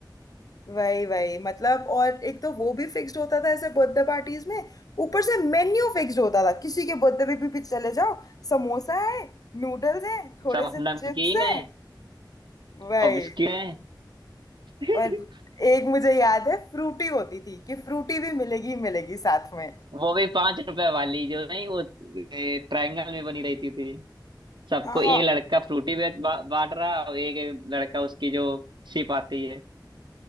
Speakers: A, on the left; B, on the right.
A: वही वही मतलब और एक तो वो भी फिक्स्ड होता था ऐसे बर्थडे पार्टीज में ऊपर से मेन्यू फिक्स्ड होता था किसी के बर्थडे पे भी, भी चले जाओ समोसा है नूडल्स हैं थोड़े
B: सब
A: से
B: नमकीन
A: चिप्स हैं
B: है
A: वही
B: और बिस्किट है <laughs>
A: और एक मुझे याद है फ्रूटी होती थी कि फ्रूटी भी मिलेगी मिलेगी साथ में
B: वो भी पांच रुपए वाली जो नहीं वो ट्रायंगल में बनी रहती थी सबको
A: हाँ
B: एक
A: हाँ,
B: लड़का फ्रूटी बेच बा, बांट रहा और एक लड़का उसकी जो सिप आती है